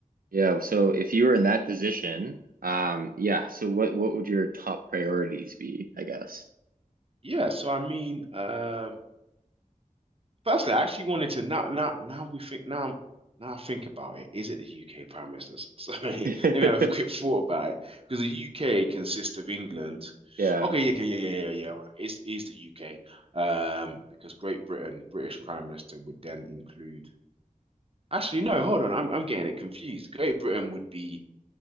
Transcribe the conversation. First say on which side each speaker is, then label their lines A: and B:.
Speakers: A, on the right; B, on the right.
A: Yeah, so if you were in that position, um, yeah, so what what would your top priorities be, I guess?
B: Yeah, so I mean, um, firstly, I actually wanted to now, now, now we think, now, now I think about it, is it the UK Prime Minister? <laughs> So let
A: <laughs>
B: me have a quick thought about it, because the UK consists of England.
A: Yeah.
B: Okay, yeah, okay, yeah, yeah, yeah, yeah, right. It's, it's the UK, um, because Great Britain, British Prime Minister would then include. Actually, no, hold on, I'm, I'm getting it confused. Great Britain would be